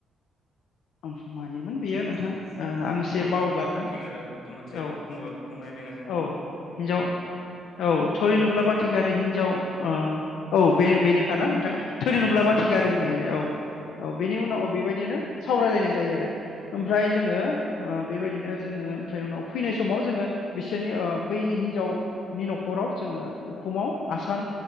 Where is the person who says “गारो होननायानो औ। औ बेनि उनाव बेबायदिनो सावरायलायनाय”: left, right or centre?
Left